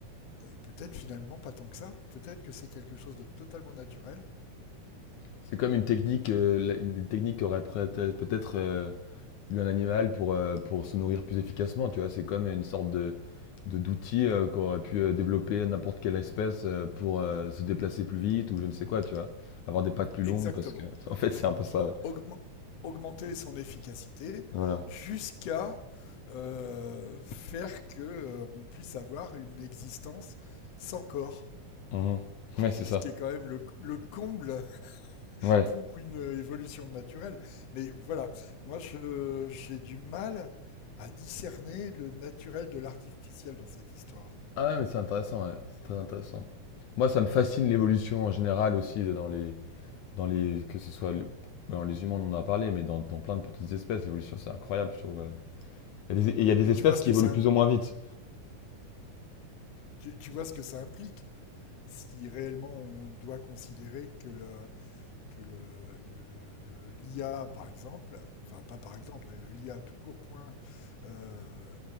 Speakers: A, on the left; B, on the left.
A: euh, peut-être finalement pas tant que ça, peut-être que c'est quelque chose de totalement naturel.
B: C'est comme une technique, euh, la- une technique qui aurait peut-être peut-être, euh, eu un animal pour, euh, pour se nourrir plus efficacement, tu vois. C'est comme une sorte de, de- d'outil euh, qu'aurait pu euh, développer n'importe quelle espèce euh, pour euh, se déplacer plus vite ou je ne sais quoi, tu vois. Avoir des pattes plus
A: Exactement.
B: longues parce que... <laughs> En fait, c'est un peu ça, ouais.
A: augment- augmenter son efficacité
B: Voilà.
A: jusqu'à euh, faire que euh, on puisse avoir une existence sans corps.
B: Mhm. Ouais, c'est ça.
A: Ce qui est quand même le, le comble <laughs>
B: Ouais.
A: pour une euh, évolution naturelle. Mais voilà, moi je- j'ai du mal à discerner le naturel de l'artificiel dans cette histoire.
B: Ah ouais, mais c'est intéressant, ouais. C'est très intéressant. Moi, ça me fascine l'évolution en général aussi dans les... Dans les que ce soit... le- Dans les humains, on en a parlé, mais dans, dans plein de petites espèces, l'évolution, c'est incroyable, je trouve. ouais. Il y a des, et il y a des
A: Mais
B: espèces
A: tu vois ce
B: qui
A: que
B: évoluent
A: ça,
B: plus ou moins vite.
A: tu, tu vois ce que ça implique si réellement on doit considérer que le, que le, l'IA, par exemple, enfin pas par exemple, l'IA tout court point euh,